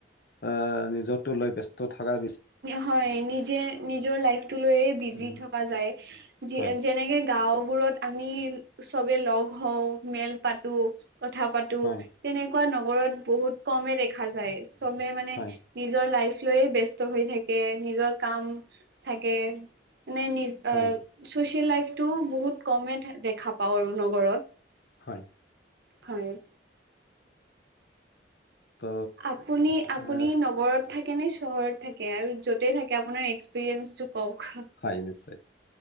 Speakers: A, on the left; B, on the right.
A: আ নিজৰতো লৈ ব্যস্ত থাকা
B: হয়, নিজে নিজৰ লাইফটো লৈয়ে বিজি
A: উম,
B: থকা যায়।
A: হয়,
B: যেনেকে গাঁওবোৰত আমি চবে লগ হওঁ, মেল পাতো। কথা পাতো
A: হয়,
B: তেনেকুৱা নগৰত বহুত কমে দেখা যায়, চবে মানে
A: হয়,
B: নিজৰ লাইফ লৈয়ে ব্যস্ত হৈ থাকে, নিজৰ কাম থাকে মানে
A: হয়,
B: আ চচিয়েল লাইফটো বহুত কমে দেখা পাওঁ আৰু নগৰত।
A: হয়।
B: হয়।
A: তো
B: আপুনি আপুনি
A: আহ,
B: নগৰত থাকে নে, চহৰত থাকে আৰু য'তে থাকে আপোনাৰ এক্সপিৰিয়েঞ্চটো কওঁক?
A: হয় নিশ্চয়,